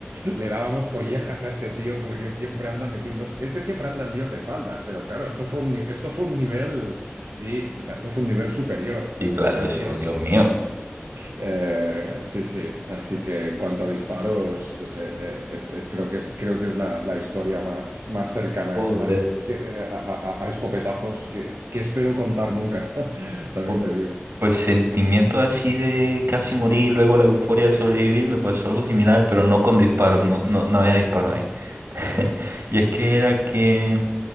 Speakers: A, on the right; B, on the right.
A: le dábamos collejas a este tío porque siempre anda metiendo, este siempre anda en líos de faldas, pero claro, esto fue un, ni- esto fue un nivel, sí, o sea, esto fue un nivel superior.
B: Y claro,
A: Es El
B: eso,
A: tío,
B: Dios mío.
A: eh, sí, sí. Así que en cuanto a disparos, es, eh, eh, es- es- creo que es, creo que es la, la historia más, más cercana
B: Joder.
A: a, que- a- a- a escopetazos que, que espero contar nunca. <laughs> También
B: jo-
A: te digo.
B: Pues sentimiento así de casi morir, luego la euforia de sobrevivir, me pasó algo similar, pero no con disparos, no, no, no había disparo ahí. <laughs> Y es que era que